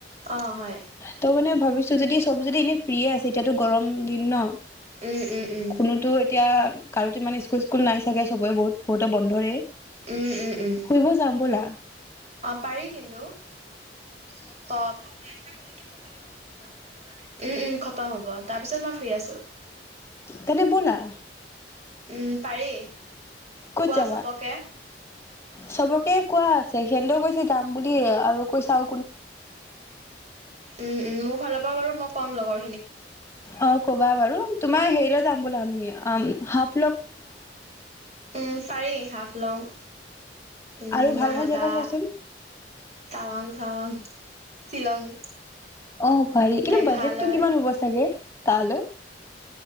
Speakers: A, on the right; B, on the left.
A: অ হয়
B: ত' মানে ভাৱিছোঁ যদি চব যদি এনেই ফ্ৰীয়ে আছে, এতিয়াতো গৰম দিন ন
A: উম উম উম
B: কোনোতো এতিয়া, কাৰোতো মানে স্কু স্কুল নাই চাগে চবৰে বহুত-বহুতৰে বন্ধৰেই,
A: উম উম উম
B: ফুৰিব যাওঁ ব'লা।
A: পাৰি কিন্তু, চব, তোমাৰ একজামটো এইটো খতমেই হ'ব চাগে ন সোমবাৰলে, উম উম, খতম হ'ব, তাৰপিছত মই ফ্ৰী আছোঁ।
B: তেনে ব'লা
A: উম পাৰি।
B: ক'ত
A: কোৱা
B: যাবা?
A: চবকে
B: চবকে কোৱা আছে সেতেও কৈছে যাম বুলি আৰু কৈছাও
A: উম উম মোৰ ফাল পা বাৰু মই ক'ম লগৰ
B: অ কবা বাৰু তোমাৰ হেৰি লৈ যাম বোল আমি হাফ
A: উম পাৰি হফ লং উ
B: আৰু ভাল
A: মদা
B: ভাল জেগা চোৱাচোন।
A: টাৱাং চাৱাং শ্বিলং
B: অ পাৰি কিন্তু
A: মেঘালয়
B: বাজেটটো কিমান হ'ব চাগে তালৈ